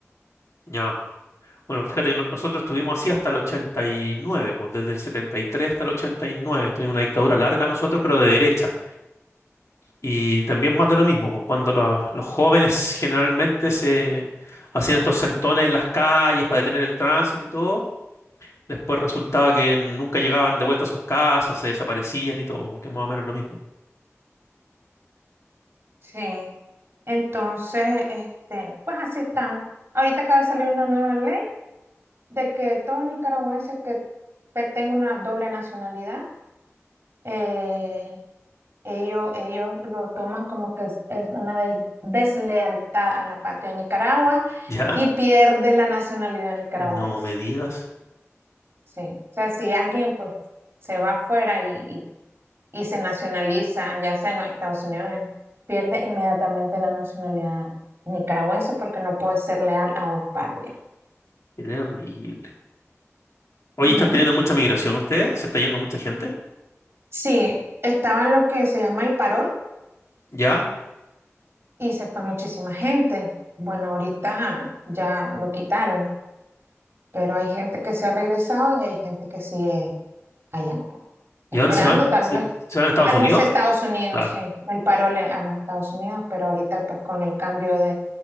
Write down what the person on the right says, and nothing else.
Sí, entonces, este, pues así estamos. Ahorita acaba de salir una nueva ley de que todo nicaragüense que pe- tenga una doble nacionalidad eh, Ellos, ellos lo toman como que es, es una des- deslealtad a la patria de Nicaragua
y pierde la nacionalidad nicaragüense.
Sí. O sea, si alguien pues se va afuera y, y, y se nacionaliza, ya sea en los Estados Unidos, pierde inmediatamente la nacionalidad nicaragüense porque no puede ser leal a dos patrias.
Ujú.
Sí, estaba lo que se llama el parol
y se fue muchísima gente. Bueno, ahorita ya lo quitaron. Pero hay gente que se ha regresado y hay gente que sigue allá, pues, esperando
tal
vez.
A los
Estados Unidos,
sí, el paro le- a los Estados Unidos, pero ahorita pues con el cambio de,